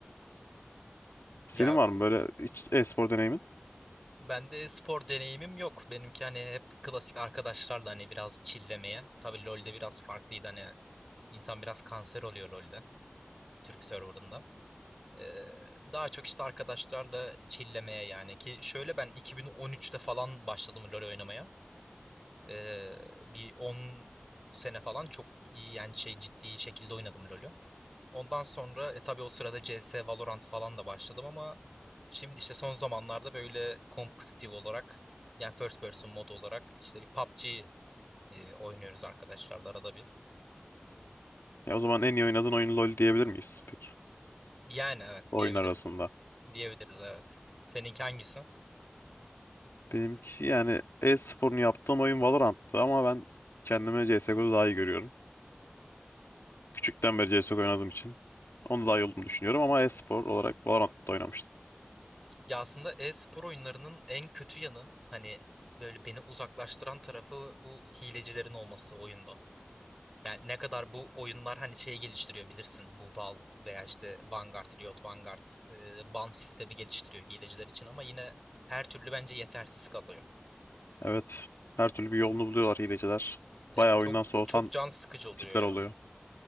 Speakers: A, on the left; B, in the centre.
A: Senin
B: Ya
A: var mı böyle hiç e-spor deneyimin?
B: bende spor deneyimim yok. Benimki hani hep klasik arkadaşlarla hani biraz çillemeye. Tabii LoL'de biraz farklıydı hani İnsan biraz kanser oluyor LoL'de. Türk serverında. Ee, daha çok işte arkadaşlarla çillemeye yani ki şöyle ben 2013'te falan başladım LoL oynamaya. Ee, bir on sene falan çok iyi yani şey ciddi şekilde oynadım LoL'ü. Ondan sonra e, tabii o sırada CS, Valorant falan da başladım ama şimdi işte son zamanlarda böyle kompetitif olarak yani first person mod olarak işte bir PUBG e, oynuyoruz arkadaşlarla arada bir.
A: Ya o zaman en iyi oynadığın oyun LoL diyebilir miyiz peki?
B: Yani evet
A: oyun
B: diyebiliriz.
A: arasında.
B: Diyebiliriz evet. Seninki hangisi?
A: Benimki yani e-sporunu yaptığım oyun Valorant'tı ama ben kendimi CSGO'da daha iyi görüyorum. Küçükten beri CSGO oynadığım için onu daha iyi olduğumu düşünüyorum ama e-spor olarak Valorant'ta oynamıştım.
B: Ya aslında e-spor oyunlarının en kötü yanı hani böyle beni uzaklaştıran tarafı bu hilecilerin olması oyunda. Yani ne kadar bu oyunlar hani şey geliştiriyor bilirsin bu Valve veya işte Vanguard, Riot Vanguard e, ban sistemi geliştiriyor hileciler için ama yine her türlü bence yetersiz kalıyor.
A: Evet. Her türlü bir yolunu buluyorlar hileciler.
B: Ya
A: Bayağı
B: çok
A: oyundan soğutan
B: çok can sıkıcı oluyor
A: tipler
B: ya.
A: oluyor.